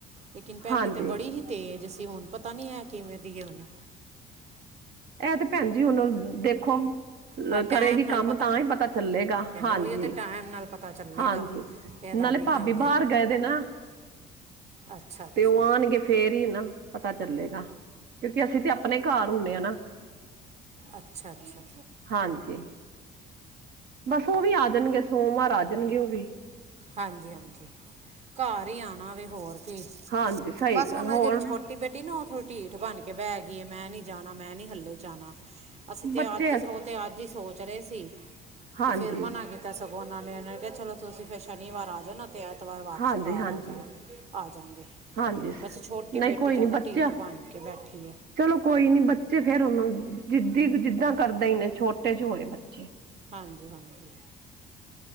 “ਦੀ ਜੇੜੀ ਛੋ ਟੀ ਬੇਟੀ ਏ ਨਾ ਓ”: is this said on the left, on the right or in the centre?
Right